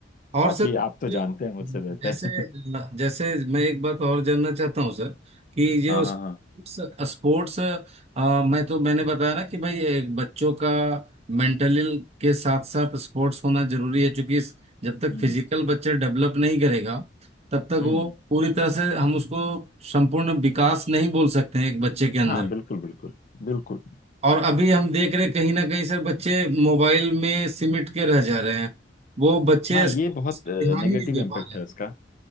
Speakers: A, on the right (about 35°); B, on the left (about 45°).
A: और
B: बाकी
A: सर
B: आप तो जानते हैं मुझसे
A: जैसे
B: बेहतर <laughs>
A: जैसे मैं एक बात और जानना चाहता हूँ सर कि जो
B: हाँ हाँ हाँ
A: स्पोर्ट्स मैं तो मैंने बताया ना कि भाई एक बच्चों का मेंटली के साथ साथ स्पोर्ट्स होना जरूरी है क्योंकि इस- जब तक
B: <laughs> हम्म
A: फिजिकल बच्चा डेवलप नहीं करेगा तब तक
B: हम्म
A: वो पूरी तरह से हम उसको संपूर्ण विकास नहीं बोल सकते हैं एक बच्चे के अंदर
B: हाँ बिल्कुल बिल्कुल बिल्कुल
A: और अभी हम देख रहे कहीं ना कहीं सर बच्चे मोबाइल में सिमट के रह जा रहे हैं वो बच्चे
B: हाँ
A: ध्यान
B: ये तो बहुत नेगेटिव
A: ही नहीं दे
B: इम्पैक्ट
A: पा रहे
B: है
A: हैं
B: उसका